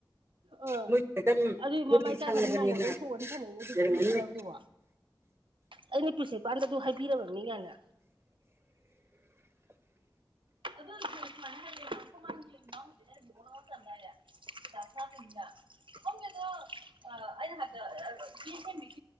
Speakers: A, on the right; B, on the right.
A: ꯑ
B: ꯃꯣꯏꯁꯤꯗ ꯑꯗꯨꯝ
A: ꯑꯗꯨꯏ
B: ꯒꯨꯂꯤ
A: ꯃꯃꯥꯏ ꯏꯀꯥꯏ
B: ꯁꯪꯉꯕꯅꯤꯅ
A: ꯈꯪꯉ ꯃꯉꯣꯟꯗ ꯊꯣꯛꯎꯗꯤ ꯁꯥꯟꯅꯩꯅꯦ ꯑꯗꯨꯕꯨ
B: ꯂꯩꯔꯝꯒꯅꯤ
A: ꯃꯤ ꯈꯟꯅꯅꯕꯗꯨꯕꯣ ꯑꯩꯅ ꯄ꯭ꯔꯤꯁꯤꯄꯥꯟꯗ ꯑꯗꯨ ꯍꯥꯏꯕꯤꯔꯕꯅꯤꯉꯥꯏꯅ ꯑꯗꯨ <unintelligible> ꯑꯩꯅ <unintelligible>